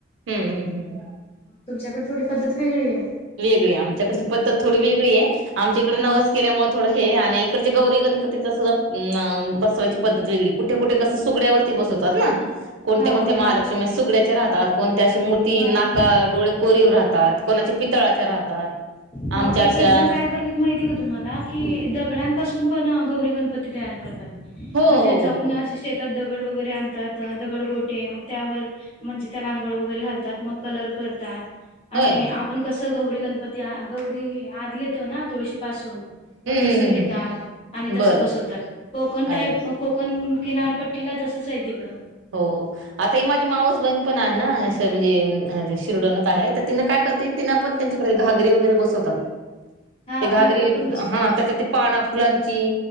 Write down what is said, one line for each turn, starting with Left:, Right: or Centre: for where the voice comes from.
Right: हम्म हम्म हम्म.
Left: तुमच्याकड थोडी पद्धत वेगळी ये.
Right: वेगळी, आमच्याकडची पद्धत थोडी वेगळीये आमच्या इकड नवस
Left: हा
Right: केल्यामुळे थोडं हे आण इकडचे गौरी गणपती सुद्धा म अ बसवायची पद्धत वेगळी. कुठे-कुठे कसं सुगड्यावरती बसवतात ना? कोणत्या-कोणत्या
Left: हा बरोबर
Right: महालक्ष्मी सुगड्याचे राहतात, कोणत्या अशी मूर्ती
Left: हा
Right: नाका, डोळे कोरीवर राहतात कोणाचे पितळाच्या राहतात.
Left: हां
Right: आमच्या अशा
Left: एक-एक जण काय माहिती का तुम्हाला? की दगडांपासून पण गौरी गणपती तयार करतात.
Right: हो
Left: म्हणजे
Right: हो
Left: जाऊन
Right: हो
Left: अशे शेतात दगड वगैरे आणतात, दगड गोटे मग त्यावर म्हणजे त्याला अंघोळ वगैरे घालतात, मग कलर करतात.
Right: होय.
Left: आणि आपण कसं गौरी गणपती आ गौरी आत घेतो ना, तुळशीपासून. मग
Right: हम्म
Left: तस
Right: हम्म हम्म
Left: घेतात आणि
Right: हम्म
Left: तस
Right: बरं
Left: बसवतात कोकण टाईप
Right: अरे
Left: म कोकण किनारपट्टीला तसंच आहे तिकडं,
Right: हो आता ही माझी माऊस बहीण पण आहे ना म्हणजे शिरडोनत आहे तर तिनं काय करते. ति पण त्यांच्याडे घागरी वगैरे बसवतात
Left: हा
Right: ते घागरी
Left: पण बसवतात
Right: हा
Left: ना
Right: त्या, पाना फुलांची